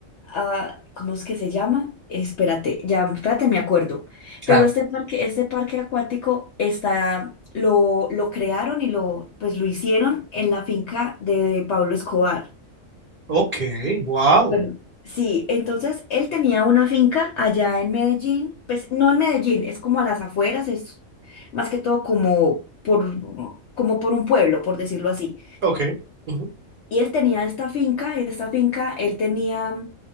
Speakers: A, on the left; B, on the right.
A: ah, ¿cómo es que se llama? Espérate, ya, espérate, me acuerdo.
B: Claro.
A: Pero este parque, este parque acuático está, lo, lo crearon y lo, pues lo hicieron en la finca de Pablo Escobar.
B: Ok, wow.
A: Bueno, sí, entonces él tenía una finca allá en Medellín, pues no en Medellín, es como a las afueras, es más que todo como por, como por un pueblo, por decirlo así.
B: Ok. ujú,
A: Y él tenía esta finca, y en esta finca él tenía